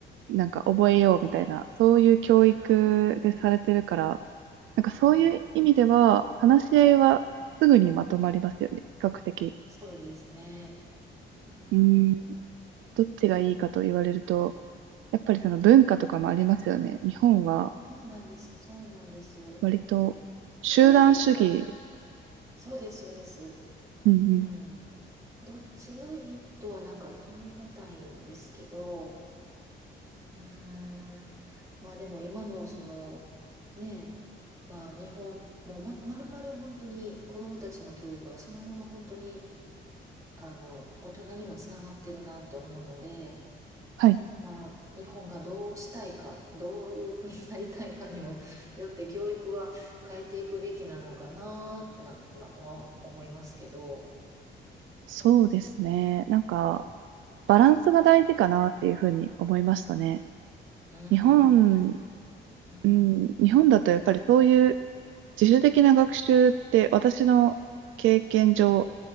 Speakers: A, on the right; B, on the right.
A: なんか覚えようみたいな、そういう教育でされてるから、
B: はい。
A: なんかそういう意味では話し合いはすぐにまとまりますよね、
B: はい。
A: 比較的。
B: そうですね。うん。
A: うーん、どっちがいいかと言われると、やっぱりその文化とかもありますよね。日本は
B: そうなんです。そうなんです。
A: 割と集団主義。
B: 違がいいから。そうです。そうです。
A: うんうん。
B: うん。どっちがいいとはなんか言い難いんですけど、うーん。まあでも今のその、ねえ、まあ日本、もうま、まるまる本当に子どもたちの教育がそのまま本当に、あの、大人にもつながってるなって思うので、
A: はい。
B: まあ日本がどうしたいか、どういう国になりたいかにも <laughs> よって教育は変えていくべきなのかな、なんてのは思いますけど。
A: そうですね。なんか、
B: うん、
A: バランスが大事かなっていうふうに思いましたね。
B: うん、
A: 日本、
B: うん確かに。うん、
A: うん、日本だとやっぱりそういう自主的な学習って私の経験上